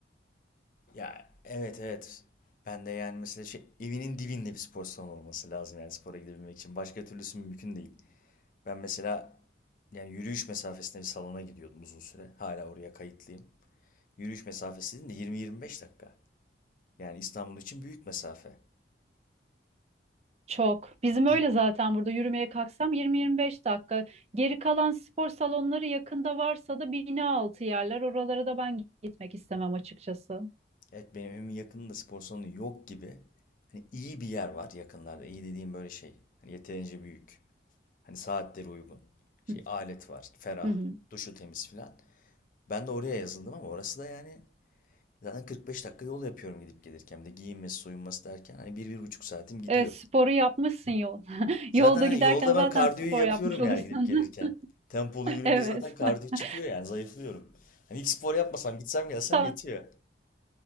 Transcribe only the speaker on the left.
Ya evet evet. Ben de yani mesela şey, evinin dibinde bir spor salonu olması lazım yani spora gidebilmek için. Başka türlüsü mümkün değil. Ben mesela yani yürüyüş mesafesinde bir salona gidiyordum uzun süre. Hala oraya kayıtlıyım. Yürüyüş mesafesi de 20-25 dakika. Yani İstanbul için büyük mesafe.
Git.
Evet benim evimin yakınında spor salonu yok gibi. Hani iyi bir yer var yakınlarda. İyi dediğim böyle şey. Hani yeterince büyük. Hani saatleri uygun. Şey
alet var. Ferah.
Duşu temiz filan. Ben de oraya yazıldım ama orası da yani zaten 45 dakika yol yapıyorum gidip gelirken. Bir de giyinmesi soyunması derken hani bir, bir buçuk saatim gidiyor.
Zaten
hani
yolda
ben kardiyoyu
yapıyorum
yani gidip gelirken.
Tempolu yürüyünce
zaten kardiyo çıkıyor
yani zayıflıyorum. Hani hiç spor yapmasam gitsem gelsem
yetiyor.